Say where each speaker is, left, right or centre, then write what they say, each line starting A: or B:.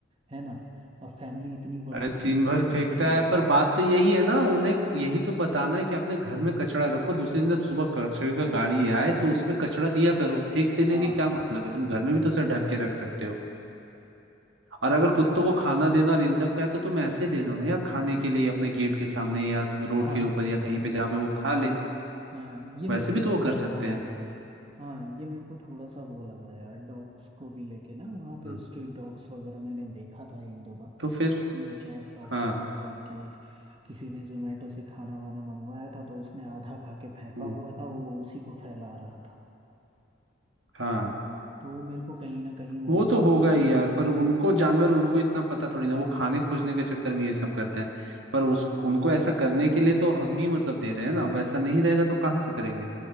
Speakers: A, on the right (about 30°); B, on the right (about 80°).
A: है ना और फैमिली इतनी बड़ी
B: अरे दिन
A: है तो
B: भर
A: कभी
B: फेंकता
A: कुछ लाए
B: है पर बात तो यही है ना उन्हें यही तो बताना है कि अपने घर में कचरा रखो दूसरे दिन जब सुबह कचरे का गाड़ी आए तो उसमें कचरा दिया करो फेंक देने
A: हाँ
B: की क्या मतलब है तुम घर में भी तो उसे ढक के रख सकते हो और अगर कुत्तों को खाना देना और इन सब का है तो तुम ऐसे दे दो ना यार खाने के लिए अपने गेट के सामने या रोड
A: हाँ
B: के ऊपर या कहीं पे जहाँ पे वो खा ले
A: हाँ ये मेरे
B: वैसे भी
A: को
B: तो वो
A: थोड़ा
B: कर सकते
A: सा वो
B: हैं
A: लगा हाँ ये मेरे को थोड़ा सा वो लगा यार डॉग्स को भी लेके ना वहाँ पे
B: हम्म,
A: स्ट्रीट डॉग्स वगैरह मैंने देखा था एक दो बार
B: तो फिर
A: कि तीन चार डॉग्स
B: हाँ
A: वहाँ जाके किसी ने जोमेटो से खाना वाना मंगवाया था तो उसने आधा खा के फेंका
B: हम्म,
A: हुआ था वो उसी को फैला रहा था
B: हाँ
A: तो वो मेरे को कहीं ना कहीं वो
B: वो
A: लगा
B: तो होगा ही यार पर उनको जानवर उनको इतना पता थोड़ी ना वो खाने खोजने के चक्कर में ये सब करते हैं पर उस उनको ऐसा करने के लिए तो हम ही मतलब दे रहे हैं ना वैसा नहीं रहेगा तो कहाँ से करेंगे